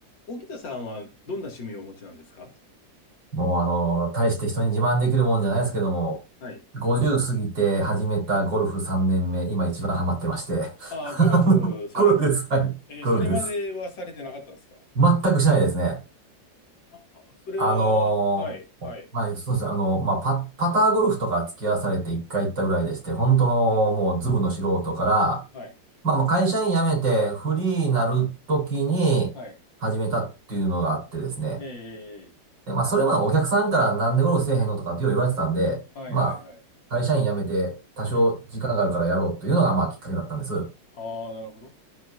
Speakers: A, on the left; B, on the right.
A: 沖田さんはどんな趣味をお持ちなんですか
B: もうあの、大して人に自慢できるもんじゃないですけども、
A: はい。
B: 50過ぎて始めたゴルフ3年目、今一番ハマってまして。
A: ああ、
B: <laughs>
A: ゴルフされるんです。
B: あのゴルフです。はい。
A: えーそれまではされてなかったんですかあ
B: ゴルフです。全くしないですね。
A: あ、それは、
B: あのーまあ、
A: はい、はい。
B: そうですね。あの、まあ、パ、パターゴルフとか付き合わされて1回行ったぐらいでして、本当のもうズブの素人から、
A: ええ、はい、
B: まあ、まあ会社員辞めてフリーになるときに始めたっていうのがあってですね。
A: はい。え
B: でまあ、それまでお客さんからなんでゴルフせえへんのとかってよう言われてたんで、
A: え、はい、
B: まあ、
A: はい、はい。
B: 会社員辞めて多少時間があるからやろうというのが、
A: えー
B: まあ、きっかけだったんです。
A: ああ、なるほど。